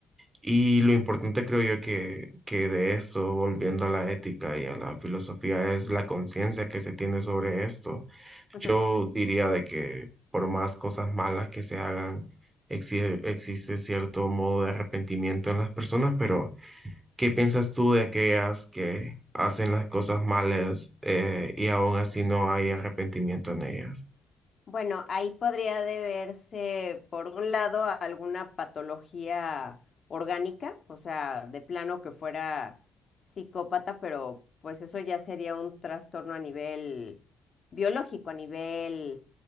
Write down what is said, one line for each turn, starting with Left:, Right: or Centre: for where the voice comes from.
Right: y lo importante creo yo que, que de esto, volviendo a la ética y a la filosofía, es la conciencia que se tiene sobre esto.
Left: ujú.
Right: Yo diría de que por más cosas malas que se hagan, exi- existe cierto modo de arrepentimiento en las personas, pero ¿qué piensas tú de aquellas que hacen las cosas malas eh, y aún así no hay arrepentimiento en ellas?
Left: Bueno, ahí podría deberse, por un lado, a alguna patología orgánica, o sea, de plano que fuera psicópata, pero pues eso ya sería un trastorno a nivel biológico, a nivel